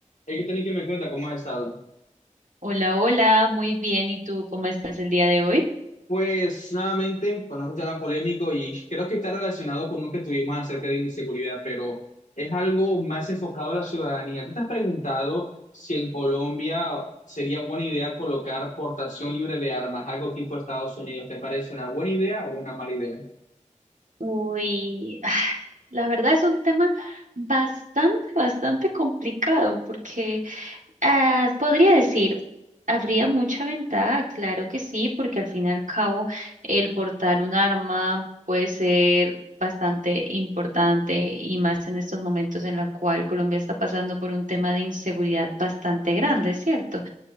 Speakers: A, on the left; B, on the right.
A: Hay que tener que me cuenta cómo has estado.
B: Hola, hola, muy bien. ¿Y tú cómo estás el día de hoy?
A: Pues nuevamente, con otro tema polémico y creo que está relacionado con lo que tuvimos acerca de la inseguridad, pero es algo más enfocado a la ciudadanía. ¿Tú te has preguntado si en Colombia sería buena idea colocar portación libre de armas, algo tipo Estados Unidos? ¿Te parece una buena idea o una mala idea?
B: Uy, ah, la verdad es un tema bastante, bastante complicado porque ah, podría decir, habría mucha ventaja, claro que sí, porque al fin y al cabo el portar un arma puede ser bastante importante y más en estos momentos en la cual Colombia está pasando por un tema de inseguridad bastante grande, ¿cierto?